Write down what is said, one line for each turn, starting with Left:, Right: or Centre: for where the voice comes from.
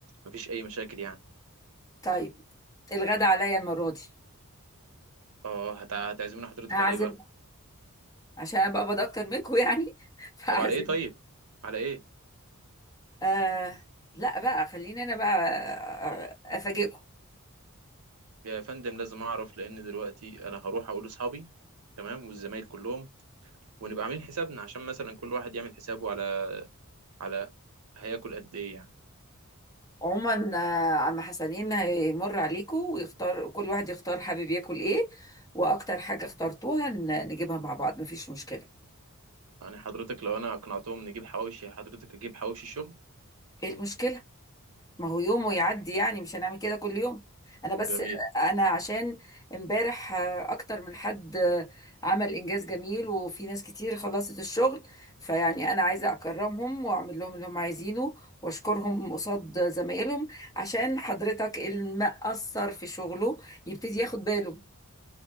Right: مفيش اي مشاكل يعني
Left: طيب الغدا عليا المرة دي
Right: اه هتع- هتعزمنا حضرتك
Left: هعزمكم
Right: على ايه بقى
Left: عشان انا بقبض اكتر منكم يعني <laughs> فهعزمكم
Right: طب على ايه طيب على ايه
Left: آه لا بقى خليني انا بقى آه، افاجئكم
Right: يا فندم لازم اعرف لان دلوقتي انا هروح اقول لاصحابي تمام والزمايل كلهم ونبقى عاملين حسابنا عشان مثلا كل واحد يعمل حسابه على على هياكل قد ايه يعني
Left: عموما آه، عم حسنين هيمر عليكم ويختار كل واحد يختار حابب ياكل ايه واكتر حاجة اخترتوها ن- نجيبها مع بعض مفيش مشكلة
Right: يعني حضرتك لو انا اقنعتهم نجيب حواوشي حضرتك اجيب حواوشي شغل
Left: ايه المشكلة ما هو يوم ويعدي يعني مش هنعمل كده كل يوم انا بس
Right: جميل
Left: انا عشان امبارح آه، اكتر من حد آه، عمل انجاز جميل وفي ناس كتير خلصت الشغل فيعني انا عايزه اكرمهم واعمل لهم اللي هم عايزينه واشكرهم قصاد زمايلهم عشان حضرتك المقصر في شغله يبتدي ياخد باله